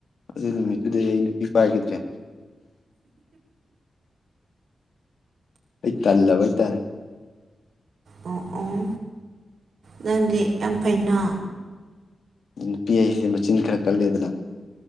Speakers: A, on the left; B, on the right.
A: ꯑꯗꯨ ꯅꯨꯃꯤꯠꯇꯨꯗ ꯑꯩ ꯅꯨꯄꯤ ꯄꯥꯏꯈꯤꯗ꯭ꯔꯦ ꯑꯩ ꯀꯜꯂꯕ ꯍꯥꯏꯇꯥꯔꯦ
B: ꯑꯣ ꯑꯣ ꯅꯪꯗꯤ ꯌꯥꯝ ꯐꯩꯅ
A: ꯅꯨꯄꯤ ꯑꯩꯁꯦ ꯃꯆꯤꯟ ꯈꯔ ꯀꯜꯂꯦꯗꯅ